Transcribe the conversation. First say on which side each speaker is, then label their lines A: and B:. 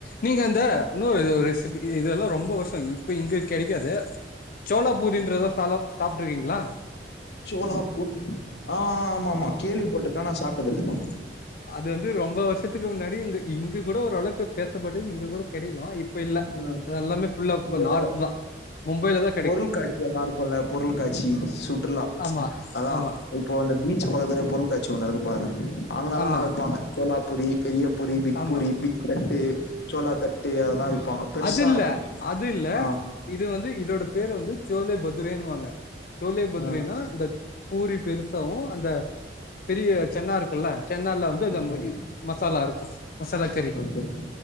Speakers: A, on the left; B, on the left.
A: நீங்க அந்த இன்னொரு ரெசிபி இதெல்லா ரொம்ப வர்ஷோ இப்ப இங்க கெடைக்காது சோளா பூரின்றத சாலப் சாப்ட்ருக்கீங்ளா
B: சோலாப்பூர் ஆ ஆமா ஆமா கேள்வி பட்ருப்பே ஆனா சாப்ட்டது இல்லங்க
A: அது வந்து ரொம்ப வருஷத்துக்கு முன்னாடி இங்க இங்க கூட ஓரளக்கு பேசப்பட்டது இங்க கூட கெடைக்கு இப்ப இல்ல
B: அ
A: எல்லாமே ஃபுல்லா இப்ப
B: இந்த
A: நார்த்துதா மும்பைலதா
B: பொருள் காட்சி எல்லா இருக்குல பொருள் காட்சி சுற்றுலா
A: ஆமா
B: அதா
A: ஆமா
B: இப்போ அந்த பீச் பக்கத்துல பொருள்கட்சி ஒன்னு இருக்கு பாரே அங்கெல்லா
A: ஆமா
B: விப்பாங்க சோளாபூரி பெரிய பூரி பிக்
A: ஆமா
B: பூரி பிக் தட்டு சோளா தட்டு அதெல்லா விப்பாங்க பெருசா
A: அது இல்ல
B: இருக்கு
A: அது இல்ல
B: ஆ
A: இது வந்து இதோட பேரு வந்து சோளே பத்ரேன்னுவாங்க சோளே பத்ரேனா
B: ஆ
A: இந்த பூரி பெருசாவு அந்த பெரிய சன்னா இருக்குல சன்னால வந்து தம்ம
B: ஆ
A: இ மசாலா இருக்கு மசாலாக்கறி
B: ஓகே